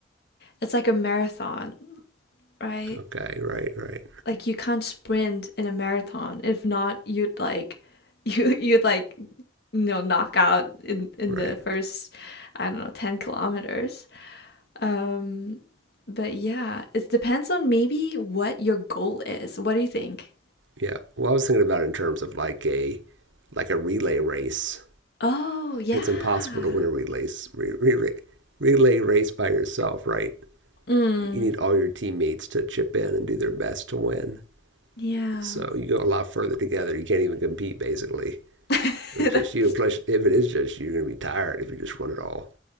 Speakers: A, on the left; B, on the right.
A: it's like a marathon, right?
B: Okay. Right. Right.
A: Like you can't sprint in a marathon. If not, you'd like <laughs> you you'd like you know knock out in in
B: Right.
A: the first I don't know 10 kilometers. Um but yeah, it depends on maybe what your goal is. What do you think?
B: Yeah. Well, I was thinking about it in terms of like a like a relay race
A: Oh, yeah.
B: it's impossible to win a relay re, relay race by yourself, right?
A: Mm,
B: You need all your teammates to chip in and do their best to win.
A: yeah.
B: So you go a lot further together. You can't even compete basically.
A: <laughs>
B: If
A: That's
B: it's just you, and plus
A: true.
B: if it is just you, you're gonna be tired if you just run it all,